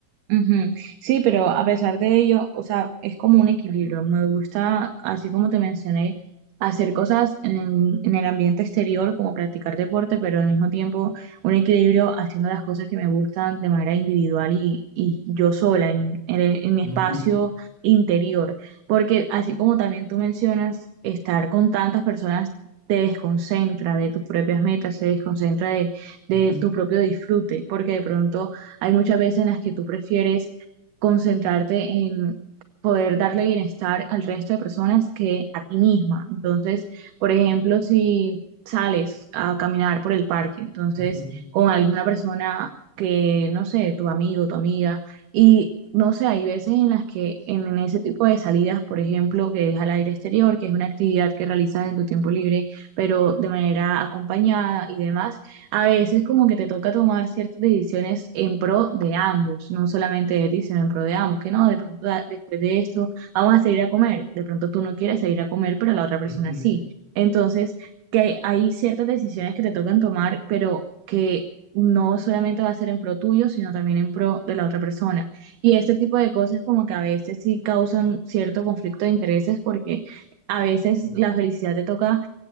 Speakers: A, on the right; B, on the right.
A: Ujú. Sí, pero a pesar de ello, o sea, es como un equilibrio. Me gusta, así como te mencioné, hacer cosas en, en el ambiente exterior, como practicar deporte, pero al mismo tiempo un equilibrio haciendo las cosas que me gustan de manera individual y, y yo sola, en, en, el- en mi
B: Ujú,
A: espacio interior. Porque así como también tú mencionas, estar con tantas personas te desconcentra de tus propias metas, se desconcentra de, de
B: ujú,
A: tu propio disfrute, porque de pronto hay muchas veces en las que tú prefieres concentrarte en poder darle bienestar al resto de personas que a ti misma. Entonces, por ejemplo, si sales a caminar por el parque, entonces
B: ujú,
A: con alguna persona que, no sé, tu amigo, tu amiga, y no sé, hay veces en las que en, en ese tipo de salidas, por ejemplo, que es al aire exterior, que es una actividad que realizas en tu tiempo libre, pero de manera acompañada y demás, a veces como que te toca tomar ciertas decisiones en pro de ambos, no solamente de ti, sino en pro de ambos, que no, de pronto ah, después de esto vamos a salir a comer, de pronto tú no quieres salir a comer, pero la otra persona
B: ujú.
A: sí. Entonces, que hay ciertas decisiones que te tocan tomar, pero que no solamente va a ser en pro tuyo, sino también en pro de la otra persona. Y este tipo de cosas como que a veces sí causan cierto conflicto de intereses porque a veces la felicidad te toca